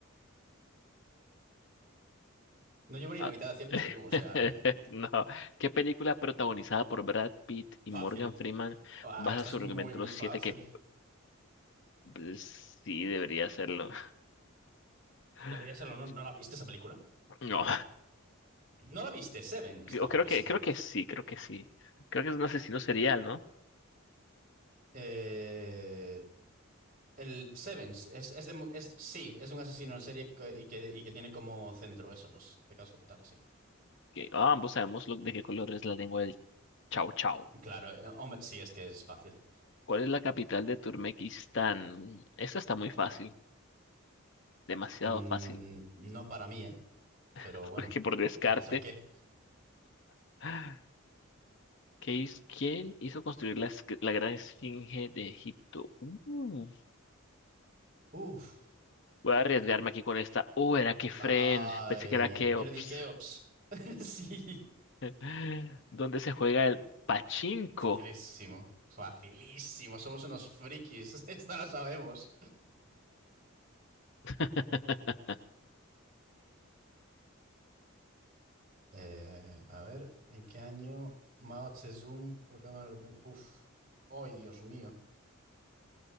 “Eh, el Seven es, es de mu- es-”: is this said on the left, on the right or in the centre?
Right